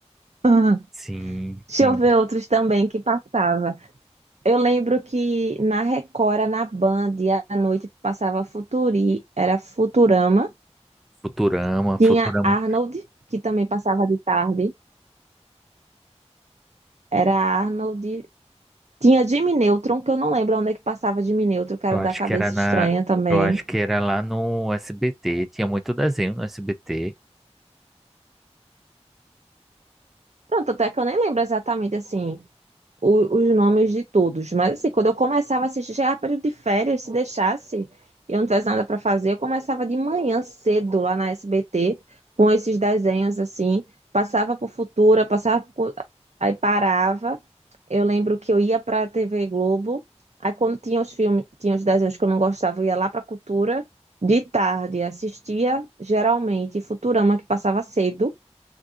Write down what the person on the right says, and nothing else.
Aham.
Deixa
eu ver outros também que passava. Eu lembro que na Record, era na Band, e à noite passava Futuri, era Futurama.
Tinha
Arnold, que também passava de tarde. Era Arnold. Tinha Jimmy Neutron, que eu não lembro onde é que passava Jimmy Neutron, que era
o
da cabeça
estranha também.
Pronto, até que eu nem lembro exatamente assim o- os nomes de todos, mas assim, quando eu começava a assistir, chegava período de férias, se deixasse, e eu não tivesse nada para fazer, eu começava de manhã cedo lá na SBT com esses desenhos assim, passava por Futura, passava por... aí parava. Eu lembro que eu ia para a TV Globo, aí quando tinha os filmes, tinha os desenhos que eu não gostava, eu ia lá para Cultura de tarde, assistia geralmente Futurama que passava cedo.